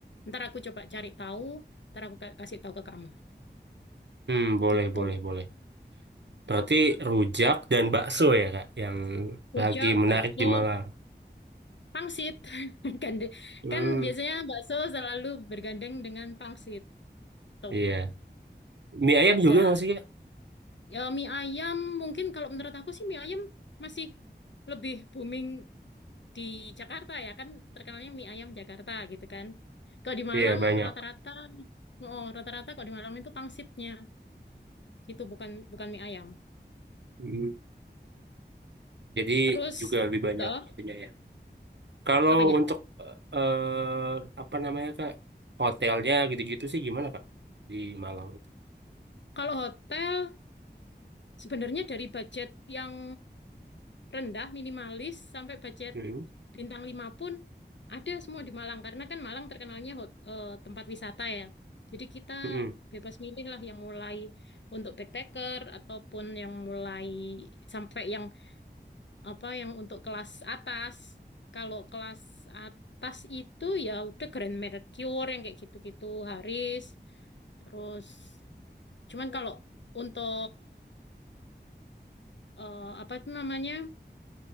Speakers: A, on the left (about 85°); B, on the right (about 80°).
A: ntar aku coba cari tahu, ntar aku ka- kasih tahu ke kamu.
B: hmm, boleh
A: Gitu.
B: boleh boleh berarti rujak dan bakso ya kak yang lagi
A: Ujo,
B: menarik
A: bakso,
B: di Malang
A: pangsit. <laughs> Gande-
B: hmm,
A: Kan biasanya bakso selalu bergandeng dengan pangsit. Tuh,
B: iya mie
A: ada
B: ayam juga nggak sih kak
A: ya mie ayam. Mungkin kalau menurut aku sih mie ayam masih lebih booming di Jakarta ya kan terkenalnya mie ayam Jakarta gitu kan. Kalau di Malang
B: iya banyak
A: rata-rata oh rata-rata kalau di Malang itu pangsitnya gitu bukan bukan mie ayam.
B: Hmm, Jadi
A: Terus
B: juga lebih banyak
A: toh
B: itunya ya. Kalau
A: apanya?
B: untuk eh, apa namanya Kak, hotelnya gitu-gitu sih gimana Kak di Malang itu?
A: Kalau hotel sebenarnya dari budget yang rendah, minimalis, sampai budget
B: Hmm,
A: bintang 5 pun ada semua di Malang. Karena kan Malang terkenalnya hot- eh, tempat wisata ya. Jadi kita
B: hmm,
A: bebas milih lah yang mulai untuk backpacker ataupun yang mulai sampai yang apa yang untuk kelas atas. Kalau kelas atas itu ya udah Grand Mercure yang kayak gitu-gitu, Haris, terus cuman kalau untuk eh, apa itu namanya?